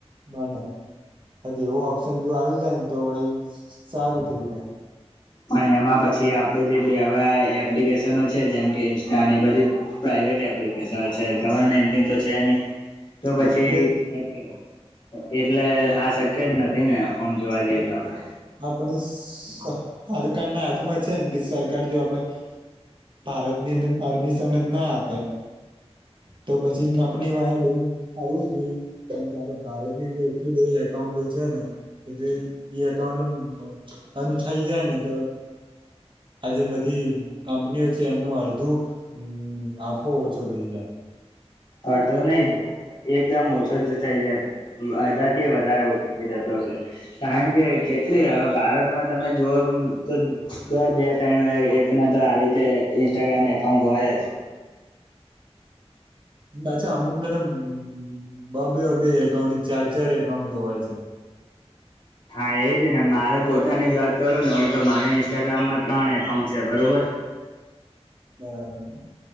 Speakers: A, on the right (about 45°); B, on the left (about 45°).
A: બને અન એવો ઓપ્શન જો આવી જાય ને તો વહી સારું થઈ જાય.
B: પણ એમાં પછી આપડું જેવા એપ્લિકેશનો છે, જેમ કે ઈન્સ્ટા ને બધી. પ્રાાઈવેટ એપ્લિકેશન છે, ગવર્મેન્ટની તો છે, નહી તો
A: જાય
B: પછી
A: એટલે
B: એજ <unintelligible>
A: જ
B: એટલે આ શક્ય જ નથી ને ઑમ જોવા જઈએ તો આપડે.
A: આપણી <unintelligible> ના હાથમાં છે, ને કે સરકાર જો આપણે. ભારત ની અંદર પરમિશનજ ના આપે. તો પછી કંપની <unintelligible> બધું કાઢવું જોઈએ. કેમ કે આતો ભારતની અંદર એટલા બધા એકાઉન્ટ છે, <unintelligible> કહેવાનો <inaudible> મતલબ બંધ થઈ જાય ને તો. આ જે બધી કંપનીઓ છે, એમનું અરધું. <unintelligible> ઓછો થઈ જાય.
B: અડધો નય એકદમ ઓછો જ થઇ જાય આધા થીય વધારે ઓછો થઇ જતો હશે. કારણ કે કેટલી હવે ભારતમાં તમે જોઓ બ તો દર બે <unintelligible> એક. ના તો આવી તે ઇન્સ્ટાગ્રામમાં એકાઉન્ટ હોય જ.
A: અચ્છા અમુક ને તો <unintelligible> બે અ બે એકાઉન્ટ ની ચાર ચાર એકાઉન્ટો હોય છે.
B: હા એ જ ને મારે પોતાની જ વાત કરું ને હું તો મારે ઇન્સ્ટાગ્રામમાં ત્રણ એકાઉન્ટ છે, બરોબર.
A: બરાબર